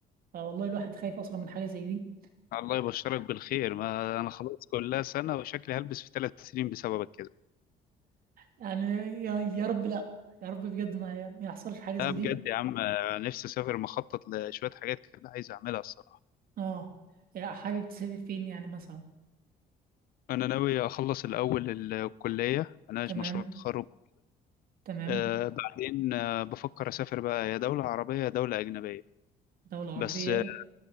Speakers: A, on the right (about 60°); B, on the left (about 60°).
A: فوالله الواحد خايف اصلا من حاجه زي دي
B: الله يبشرك بالخير ما انا خلاص كلها سنة وشكلي هلبس في ثلاث سنين بسببك كده
A: يعني يا, يا رب لا يا رب بجد ما, ما يحصلش حاجه زي
B: لا بجد
A: دي
B: يا عم نفسي اسافر مخطط لشوية حاجات كده عايز اعملها الصراحة
A: اه يا حابب تسافر فين يعني مثلا
B: انا ناوي اخلص الاول الكلية اناقش
A: تمام
B: مشروع التخرج
A: تمام
B: آه بعدين آه بفكر اسافر بقى يا دولة عربية يا دولة اجنبية
A: دوله
B: بس
A: عربيه
B: اه